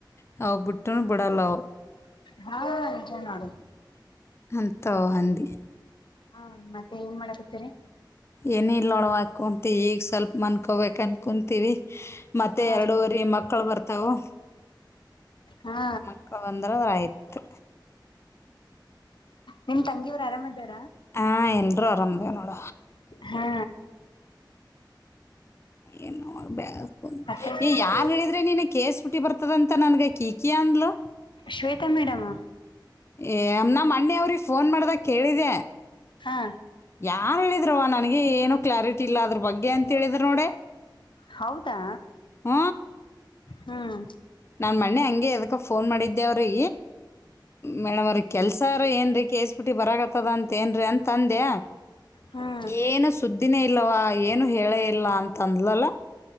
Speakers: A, on the left (about 35°); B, on the left (about 80°).
A: ಹ ಬುಟ್ಟನು ಬಡಾ ಲಾಾವ
B: ಹಾ ನಿಜ ನೋಡು
A: ಅಂತಹಂದ
B: ಹಾ ಮತ್ತೆ ಏನ್ ಮಾಡಕತ್ತೀರಿ
A: ಏನ ಇಲ್ ನೋಡವ ಕುಂತ ಈಗ ಸ್ವಲ್ಪ ಮನ್ಕೊಬೇಕು ಅಂತ ಕುಂತೀವಿ ಮತ್ತೆ
B: ಹಾ
A: ಎರಡೂವರಿ ಮಕ್ಕಳ ಬರ್ತವು
B: ಹಾ
A: ಮಕ್ಕಳ ಬಂದ್ರಂದ ಆಯ್ತ್
B: ನಿಮ ತಂಗಿಯವ್ರು ಆರಾಮ ಇದಿದ್ದಾರೆ
A: ಹಾ ಎಲ್ರುೂ ಆರಾಮದವ ನೋಡ
B: ಹಾ
A: ಏ ಬಳ್ಕ
B: ಮತ್ತೆ
A: ಯಾರ್ ಹೇಳಿದ್ರೆ ನೀನ ಕೇಸ್ಬಿಟ್ಟ ಹಟ್ಟಿ ಬರ್ತದಂತ ನನ್ಗೆ ಕಿಕಿ ಅಂದ್ಲಲು
B: ಶ್ವೇತಾ ಮೇಡಮ
A: ಏ ನಮ್ಮ ಅಣ್ಣೆ ಅವ್ರಿಗೆ ಫೋನ್ ಮಾಡ್ದಾಗ ಕೇಳಿದೆ
B: ಹಾ.
A: ಯಾರ್ ಹೇಳಿದ್ರವ ನನ್ಗೆ ಏನು ಕ್ಲಾರಿಟಿ ಇಲ್ಲ ಅದ್ರ ಬಗ್ಗೆ ಅಂತ ಹೇಳಿದ್ರ ನೋಡ.
B: ಹೌದಾ.
A: ಹ್ಮ.
B: ಹ್ಮ್
A: ನಾನ್ ಮಣ್ಣೆ ಹಂಗೆ ಎದಕ್ಕ ಫೋನ್ ಮಾಡಿದ್ದ. ವ್ರೀ ಮೇಡಮ್ ಅವ್ರ ಕೆಲ್ಸಾರ ಏನ್ ರೀ ಕೇಸ್ ಪಿಟಿ ಬರತ್ತದ ಅಂತ ಏನ್ರೀ ಅಂತ. ಅಂದೆ
B: ಹ್ಮ್
A: ಏನು ಸುದ್ದಿನೇ ಇಲ್ಲವಾ ಏನು ಹೇಳೇ ಇಲ್ಲ ಅಂತ ಅಂದ್ಲಲ್ಲ.